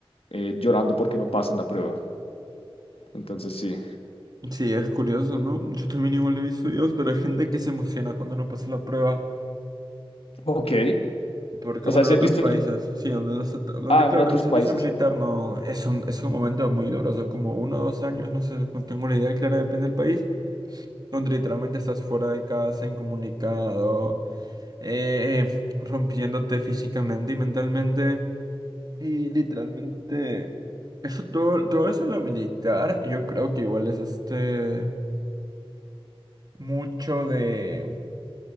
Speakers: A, on the left; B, on the right.
A: eh, llorando porque no pasan la prueba. Entonces sí.
B: Sí, es curioso, ¿no? Yo también igual he visto videos, pero hay gente que se emociona cuando no pasa la prueba.
A: Ok.
B: Porque
A: O
B: bueno,
A: sea, si
B: en otros
A: has visto...
B: países,
A: el-
B: sí, donde no está, ta- donde
A: Ah,
B: claro,
A: en otros
B: el servicio
A: países.
B: militar no es un, es un momento muy duro, son como uno o dos años, no sé, no tengo la idea clara, depende del país, donde literalmente estás fuera de casa, incomunicado, eh, eh, rompiéndote físicamente y mentalmente. Y literalmente, eso todo, todo eso en la militar, yo creo que igual es este mucho de.